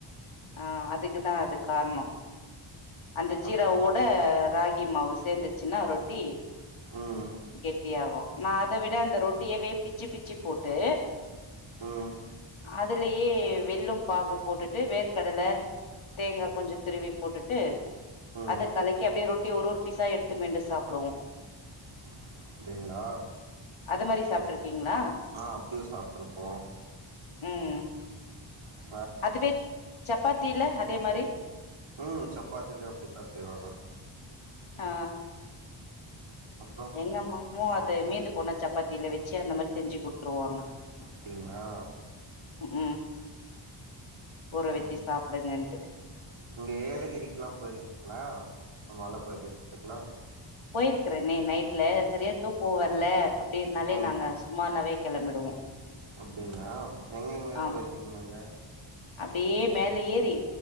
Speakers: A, on the left; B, on the right.
A: ஆ அதுக்குதான் அது கார்னோ அந்த ஜீரா
B: அப்றோ
A: ஓட ராகி மாவு சேந்துச்சுன்னா ரொட்டி
B: ம்
A: கெட்டியாகு நா அத விட அந்த ரொட்டியவே பிச்சு பிச்சு போட்டு
B: ம்
A: அதிலயே வெள்ள பாகு போட்டுட்டு வேர்க்கடலே தேங்கா கொஞ்சம் துருவி போட் ட்டு
B: ம்
A: அது கலைக்கி அப்டியே ரொட்டி ஒரு ஒரு பீஸா எடுத்து மெண்டு சாப்பிடுவோ
B: அப்டிங்களா
A: அது மாரி சாப்ட்ருக்கீங்ளா
B: ஆ அப்டியு சாப்புட்ருக்கோ
A: ம் ம்
B: ஆ
A: அதுவே சப்பாத்தில அதே மாரி
B: ம் சப்பாத்திலையு அப்டித்தா செய்வாங்க
A: ஆ
B: அப்றோ
A: எங்க அம்மாவுக்கு அது மீந்து போன சப்பாத்தில வச்சு அந்த மாரி செஞ்சு குடுத்துருவாங்க
B: அப்டிங்ளா
A: ம் ஹும் ஊற வச்சு
B: ம்
A: சாப்புடுகன்ட்டு
B: இங்க ஏலகிரிக்லா போயிருக்கீங்களா இந்த மலபிரதேசத்துக்குல்லா
A: போயிருக்குறேனே நைட்ல சரியா தூக்கோ வர்ல அப்டின்னாலே
B: ம்
A: நாங்க சும்மானவே கெளம்பிடுவோ
B: அப்டிங்களா எங்க எங்க
A: ஆ
B: போயிருக்கீங்க நீங்க
A: அப்டியே மேல ஏறி